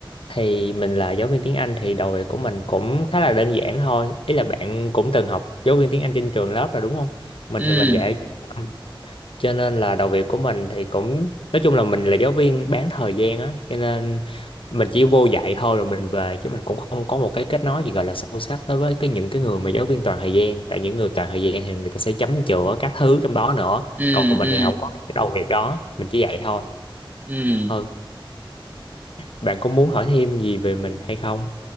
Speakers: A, on the left; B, on the right.
A: thì mình là giáo viên tiếng Anh thì đầu việc của mình cũng khá là đơn giản thôi ý là bạn cũng từng học giáo viên tiếng Anh trên trường lớp rồi đúng không mình
B: ừ
A: thì mình dạy trung tâm. cho nên là đầu việc của mình thì cũng nói chung là mình là giáo viên bán thời gian á cho nên mình chỉ vô dạy thôi rồi mình về chứ mình cũng không có một cái kết nối gì gọi là sâu sắc đối với cái những cái người mà giáo viên toàn thời gian tại những người toàn thời gian thì người ta sẽ chấm chữa các thứ trong đó nữa
B: ừ
A: còn mình
B: ừ
A: thì không có cái đầu việc đó mình chỉ dạy thôi
B: ừ
A: ừ bạn có muốn hỏi thêm gì về mình hay không?